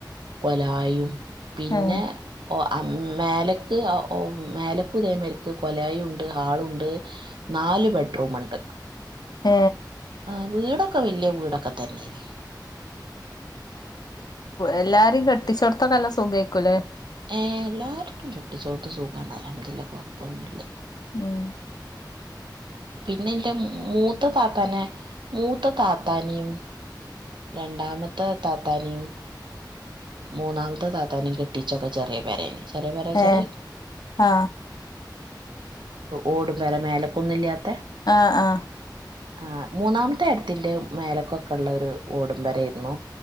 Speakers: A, on the right (about 80°); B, on the left (about 60°).
A: കൊലായയും പിന്നെ
B: ഏ
A: ഓ മേലക്ക് ഓ മേലക്കു ഉതേമായിരിക്ക ക്ക് കൊലായ ഉണ്ട് ഹാളുണ്ട് നാല് ബെഡ്റൂം ഉണ്ട്
B: ആ
A: ആഹ വീടൊക്കെ വലിയ വീടൊക്കെ തന്നേന്നേ
B: എല്ലാരും കെട്ടിച്ചോടുത്ത കല സുഖക്കുംല്ലേ
A: ഏ എല്ലാർക്കും കെട്ട് ചോത്ത് സുഖണല്ല അതില്ല കൊഴപ്പൊന്നുമല്ല
B: ഉം
A: പിന്നെ എൻ്റെ മൂത്ത താത്താനെ മൂത്ത താത്താനും രണ്ടാമത്തെ താത്താനിയും മൂന്നാമത്തെ ത ത്താന കെട്ടിച്ചൊക്കെ ചെറിയ പരേെ ചെറിയ പേരെച്ചാല്
B: ഏ ആ
A: ഓടും വരെ മേലക്കൊന്നും ഇല്ലാത്ത
B: ആ ആ
A: ആ് മൂന്നാമത്തെ അടുത്തിന്റെ മേലക്കൊക്കെ ഉള്ള ഒരു ഓടും പെരേർന്നു